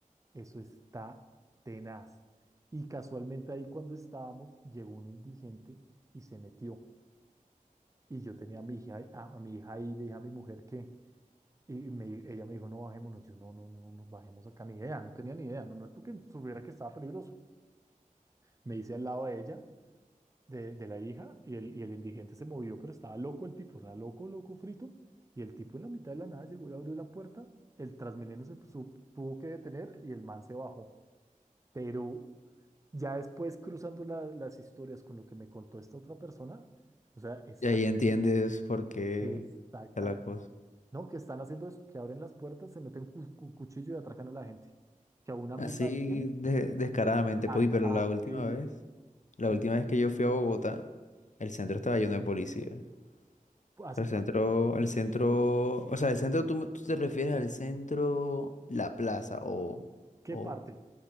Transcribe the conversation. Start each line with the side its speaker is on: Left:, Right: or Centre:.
Right: Eso está tenaz. Y casualmente ahí cuando estábamos llegó un indigente y se metió. Y yo tenía a mi hija, a, a mi hija ahí y le dije a mi mujer que Y me- ella me dijo, no bajémonos. Yo, no, no, no, no nos bajemos acá. Ni idea, no tenía ni idea. No, no es porque supiera que estaba peligroso. Me hice al lado de ella, de, de la hija, y el, y el indigente se movió, pero estaba loco el tipo, o sea, loco, loco, frito. Y el tipo en la mitad de la nada llegó y abrió la puerta. El Transmilenio se su- tuvo que detener y el man se bajó. Pero ya después, cruzando la- las historias con lo que me contó esta otra persona, o sea, está
Left: Y ahí entiendes
Right: terrible.
Left: por qué
Right: Exactamente.
Left: está la cosa.
Right: No, que están haciendo eso, que abren las puertas, se meten cu- cu- cuchillo y atracan a la gente. Que a una
Left: Así
Right: amiga de él,
Left: de- descaradamente,
Right: él acá-
Left: pues, pero
Right: ah,
Left: la última
Right: sí,
Left: vez, la
Right: eh,
Left: última vez que yo fui a Bogotá, el centro estaba lleno de policía.
Right: ¿hace
Left: El
Right: cuánto?
Left: centro, el centro, o sea, el centro, tú, me- tú te refieres al centro, la plaza, o,
Right: ¿Qué
Left: o,
Right: parte?